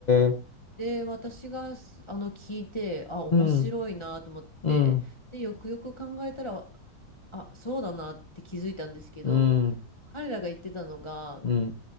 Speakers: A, on the left (about 80°); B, on the left (about 20°).
A: え、
B: で、私がす、あの、聞いて、あ、面白いなと思って、
A: うん、うん、
B: で、よくよく考えたら、あ、そうだなって気づいたんですけど、
A: うん、
B: 彼らが言ってたのが、
A: うん、